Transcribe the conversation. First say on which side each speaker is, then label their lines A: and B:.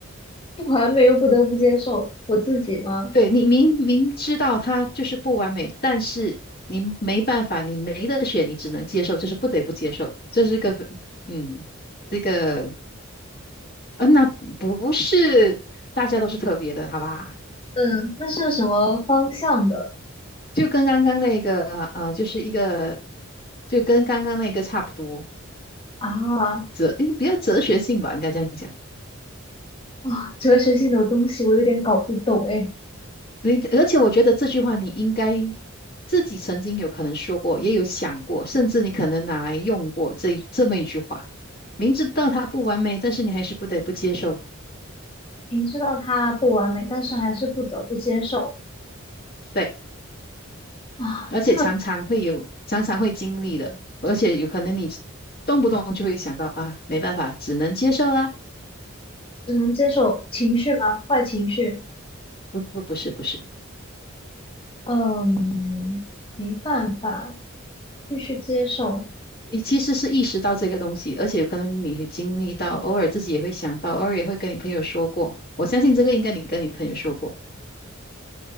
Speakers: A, on the left; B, on the left.
A: 不完美又不得不接受我自己吗？
B: 对，你明明知道它就是不完美，但是你没办法，你没得选，你只能接受，就是不得不接受。这是一个，嗯。这个呃，那不是大家都是特别的，好吧？
A: 嗯，那是什么方向的
B: 就跟刚刚那个，呃，就是一个，就跟刚刚那个差不多，
A: 啊？
B: 哲，应该比较哲学性吧，应该这样讲。
A: 啊，哲学性的东西我有点搞不懂哎。
B: 你而且我觉得这句话你应该自己曾经有可能说过，也有想过，甚至你可能拿来用过这一这么一句话。明知道它不完美，但是你还是不得不接受，
A: 明知道它不完美，但是还是不得不接受
B: 对，
A: 啊，
B: 而且常常会有，
A: 真的
B: 常常会经历的，而且有可能你动不动就会想到啊，没办法，只能接受啦。
A: 只能接受情绪吗？坏情绪，
B: 不不不是不是，
A: 嗯，没办法，必须接受。
B: 你其实是意识到这个东西，而且有可能你会经历到，偶尔自己也会想到，偶尔也会跟你朋友说过。我相信这个应该你跟你朋友说过，